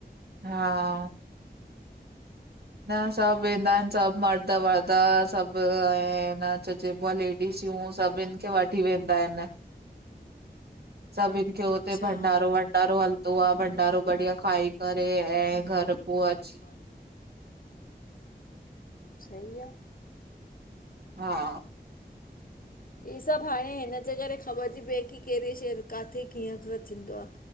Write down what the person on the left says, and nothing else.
अच्छा
सही आ।
इहे सभु हाणे हिनजे करे ख़बर थी पए, कि कहिड़े शहर किथे कीअं खां थींदो आ।